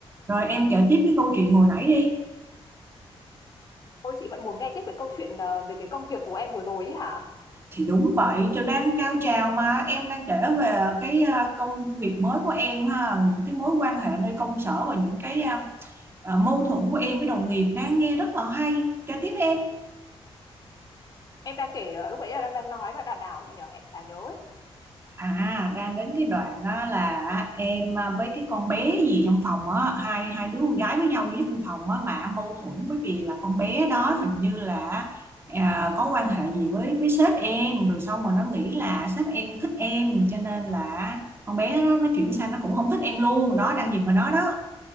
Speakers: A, on the right; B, on the left.
A: Rồi em kể tiếp cái câu chuyện hồi nãy đi.
B: Ôi chị vẫn muốn nghe tiếp về câu chuyện ờ, về cái công việc của em vừa rồi ý hả?
A: Thì đúng vậy, tôi đang cao trào mà em đang kể về cái ờ, công việc mới của em ha, những cái mối quan hệ nơi công sở và những cái ờ, ờ, mâu thuẫn của em với đồng nghiệp đang nghe rất là hay. Kể tiếp đi em.
B: Em đang kể ờ, lúc ấy là đang đang nói là đàn nào ấy chị nhở? Em chả nhớ ấy.
A: À, đang đến cái đoạn á, là em à, với cái con bé gì trong phòng á, hai hai đứa con gái với nhau duy nhất trong phòng á mà mâu thuẫn bởi vì là con bé đó hình như là à, có quan hệ gì với với sếp em rồi xong rồi nó nghĩ là sếp em thích em cho nên là con bé nó, nó chuyển sang nó cũng không thích em luôn đó đang dừng ở đó đó